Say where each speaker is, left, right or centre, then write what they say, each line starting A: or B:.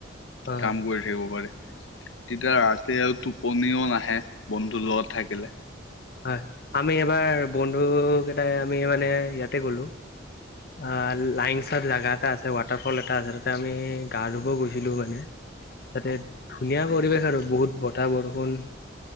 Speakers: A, on the left (about 55°); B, on the left (about 85°).
A: হয়
B: কাম কৰি থাকিব পাৰে। তেতিয়া ৰাতি আৰু টো টোপনিও নাহে বন্ধুৰ লগত থাকিলে।
A: হয় আমি এবাৰ বন্ধু কেইটাই আমি মানে ইয়াতে গ'লো। আ লাইন চত জেগা এটা আছে ৱাটাৰফল এটা আছে তাতে আমি গা ধুব গৈছিলো মানে তাতে ধুনীয়া পৰিৱেশ আৰু বহুত বতাহ, বৰষুণ